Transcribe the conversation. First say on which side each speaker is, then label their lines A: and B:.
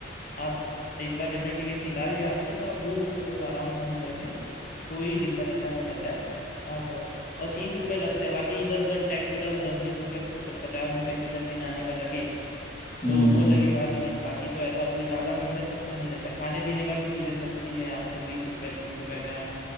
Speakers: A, on the left; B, on the left.
A: आप एक बार रिटर्न टिकट निकाल लिया आपने तो आप घूम सकते हो आराम से मुंबई में कोई दिक्कत ऐसा नहीं रहता है आप और तीस रुपये लगता है बाकी इधर उधर टैक्सी का जो दस बीस रुपये पचास रुपये किधर भी जाने का लगे
B: हम्म
A: तो
B: हम्म
A: वो लगेगा
B: हम्म।
A: लेकिन बाकी तो ऐसा कोई ज्यादा मेजर खर्चा नहीं रहता खाने पीने का भी चीजें सस्ती है आपको बीस रुपए तीस रुपए में आप